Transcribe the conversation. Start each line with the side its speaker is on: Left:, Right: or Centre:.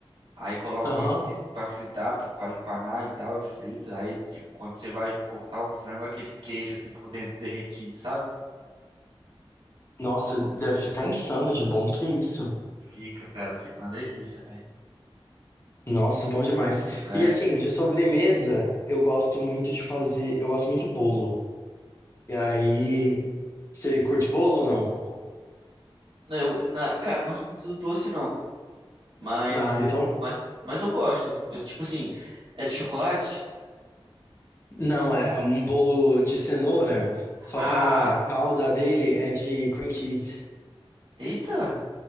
Right: Aí coloco
Left: Aham.
Right: pra fri- pra fritar, pra pra empanar e tal, eu frito. Aí, tipo, quando você vai cortar o frango, aquele queijo assim por dentro derretido, sabe?
Left: Nossa, deve ficar insano de bom, que isso.
Right: Fica, cara, fica uma delícia, velho.
Left: Nossa, bom demais.
Right: É.
Left: E assim, de sobremesa, eu gosto muito de fazer, eu gosto muito de bolo. E aí, você curte bolo ou não?
Right: Não, eu, na- cara, eu não sou muito do doce, não. Mas
Left: Ah,
Right: eu,
Left: então,
Right: mas, mas eu gosto. Eu, tipo assim, é de chocolate?
Left: não, é um bolo de cenoura, só
Right: Ah,
Left: que a calda dele é de cream cheese.
Right: eita,